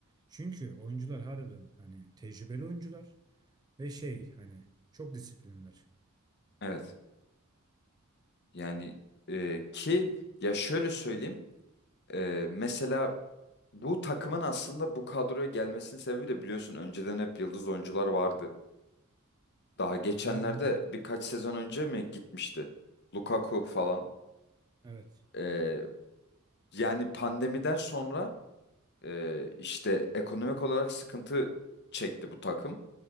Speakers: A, on the right; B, on the left.
A: Çünkü oyuncular harbiden hani tecrübeli oyuncular. Ve şey hani çok disiplinler.
B: Evet. Yani e, ki ya şöyle söyleyeyim. E, mesela bu takımın aslında bu kadroya gelmesinin sebebi de biliyorsun önceden hep yıldız oyuncular vardı. Daha geçenlerde
A: Yani
B: birkaç sezon önce mi gitmişti? Lukaku falan.
A: evet.
B: E, yani pandemiden sonra e, işte ekonomik olarak sıkıntı çekti bu takım.